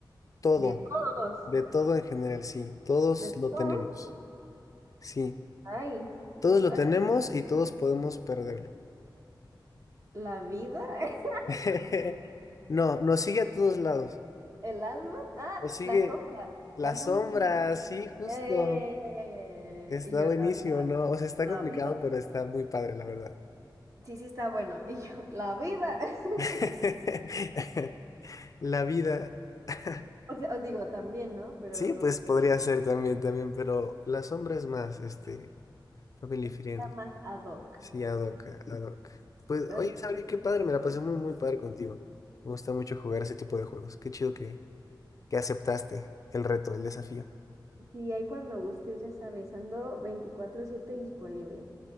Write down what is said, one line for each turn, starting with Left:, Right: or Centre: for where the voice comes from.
Left: todo,
Right: De todos.
Left: de todo en general, sí, todos
Right: De
Left: lo
Right: todos.
Left: tenemos, sí,
Right: Ay.
Left: todos
Right: total.
Left: lo tenemos y todos podemos perderlo.
Right: La vida. <laughs>
Left: <laughs> No, nos sigue a todos lados,
Right: El alma. Ah,
Left: nos sigue
Right: la sombra.
Left: la
Right: La sombra.
Left: sombra,
Right: <laughs>
Left: sí, justo,
Right: Ya, ya, ya, ya, ya, ya, ya, ya,
Left: está
Right: ya. Y yo,
Left: buenísimo,
Right: la,
Left: ¿no? O sea, está
Right: la
Left: complicado,
Right: vida.
Left: pero está muy padre, la verdad.
Right: Sí, sí, está bueno. <laughs> Y yo, la vida. <laughs>
Left: <laughs> La vida, <laughs>
Right: O sea, os digo también, ¿no? Pero
Left: sí,
Right: no
Left: pues
Right: creo.
Left: podría ser también, también, pero la sombra es más, este, family
Right: Está
Left: friendly.
Right: más ad hoc.
Left: Sí, ad hoc, ad hoc. Pues,
Right: Oye,
Left: oye, Sabri, qué padre, me la pasé muy, muy padre contigo. Me gusta mucho jugar ese tipo de juegos. Qué chido que, que aceptaste el reto, el desafío.
Right: sí, hay cuando gustes, ya sabes, ando 24/7 disponible.